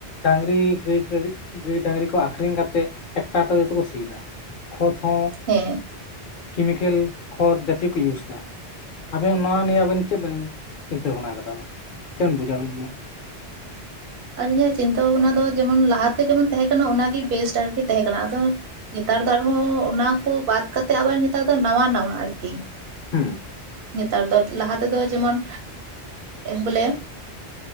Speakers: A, on the left; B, on the right.
A: ᱰᱟᱝᱨᱤ ᱜᱟᱹᱭ ᱜᱟᱲᱤᱜ ᱜᱟᱹᱭ ᱰᱟᱝᱨᱤ ᱠᱚ ᱟᱠᱷᱨᱤᱧ ᱠᱟᱛᱮᱫ ᱴᱮᱠᱴᱟᱨ ᱛᱮ ᱡᱚᱛᱚ ᱠᱚ ᱥᱤ ᱮᱫᱟ᱾ ᱠᱷᱚᱛ ᱦᱚᱸ
B: ᱦᱮᱸ᱾
A: ᱠᱮᱢᱤᱠᱮᱞ ᱠᱷᱚᱛ ᱡᱟᱛᱤᱭᱚᱠᱚ ᱤᱭᱩᱥ ᱮᱫᱟ᱾ ᱟᱵᱮᱱ ᱱᱚᱣᱟ ᱱᱤᱭᱟᱹ ᱟᱵᱤᱱ ᱪᱮᱫ ᱵᱤᱱ ᱪᱤᱱᱛᱟᱹ ᱵᱷᱟᱵᱱᱟ ᱟᱠᱟᱫᱟᱵᱤᱱ, ᱪᱮᱫ ᱵᱮᱱ ᱵᱩᱡᱟ ᱟᱵᱮᱱᱟ ᱫᱚ ᱱᱚᱣᱟ?
B: ᱟᱨᱞᱤᱧᱟᱹᱜ ᱪᱤᱱᱛᱟᱹ ᱵᱷᱟᱵᱱᱟ ᱫᱚ ᱡᱮᱢᱚᱱ ᱞᱟᱦᱟᱛᱮ ᱡᱮᱢᱚᱱ ᱛᱟᱦᱮᱸ ᱠᱟᱱᱟ ᱚᱱᱟᱜᱮ ᱵᱮᱥᱴ ᱟᱨᱠᱤ ᱛᱟᱦᱮᱸ ᱠᱟᱱᱟ ᱟᱫᱚ ᱧᱮᱛᱟᱨ ᱫᱚ ᱟᱨᱦᱚᱸ ᱚᱱᱟ ᱠᱚ ᱵᱟᱫ ᱠᱟᱛᱮᱫ ᱟᱵᱟᱨ ᱱᱮᱛᱟᱨ ᱫᱚ ᱱᱟᱣᱟ ᱱᱟᱣᱟ ᱟᱨᱠᱤ᱾
A: ᱦᱩᱸ᱾
B: ᱱᱮᱛᱟᱨ ᱫᱚ ᱞᱟᱦᱟ ᱛᱮᱫᱚ ᱡᱮᱢᱚᱱ ᱵᱚᱞᱮ